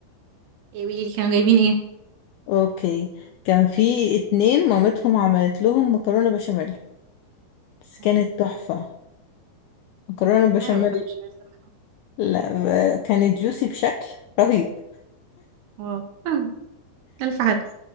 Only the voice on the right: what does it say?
إيه، قولي لي كانوا جايبين ايه
هم-
حلو مكرونه بشاميل صراحه
واو <laughs> ألف حدث